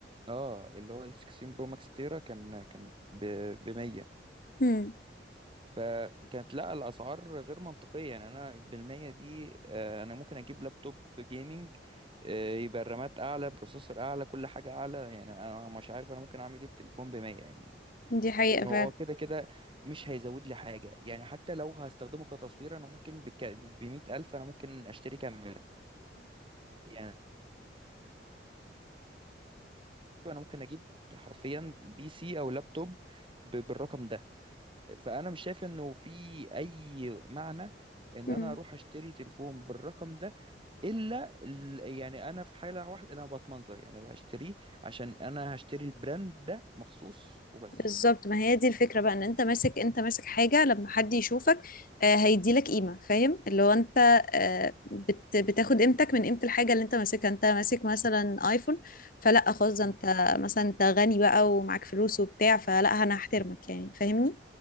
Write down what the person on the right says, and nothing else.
آه، اللي هو ال 16 برو ماكس تيرا كان كان ب 100
فكانت لا الاسعار غير منطقيه يعني انا بالمية دي آه، انا ممكن اجيب لابتوب جيمنج آه، يبقى الرامات اعلى بروسيسور اعلى كل حاجه اعلى يعني انا مش عارف انا ممكن اعمل ايه في تليفون ب 100 يعني
هو
كده كده مش هيزود لي حاجة يعني حتى لو هستخدمه كتصوير أنا ممكن بك... بمية ألف أنا ممكن أشتري كاميرا يعني أنا ممكن أجيب حرفيا بي سي أو لابتوب ب... بالرقم ده فأنا مش شايف إنه في أي معنى إن
أنا أروح أشتري تليفون بالرقم ده إلا ال... يعني أنا في حالة واحدة أنا بتمنظر يعني هشتريه عشان أنا هشتري البراند ده مخصوص وبس
مم.